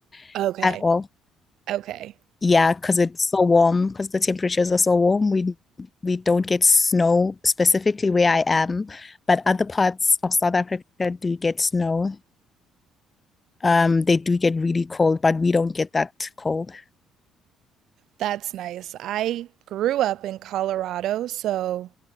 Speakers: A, on the left (about 30°); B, on the right (about 70°).
A: <laughs>
B: okay.
A: at all.
B: Okay.
A: Yeah, because it's so warm, because the temperatures are so warm, we we don't get snow specifically where I am, but other parts of South Africa do get snow. Um, they do get really cold, but we don't get that cold.
B: That's nice. I grew up in Colorado, so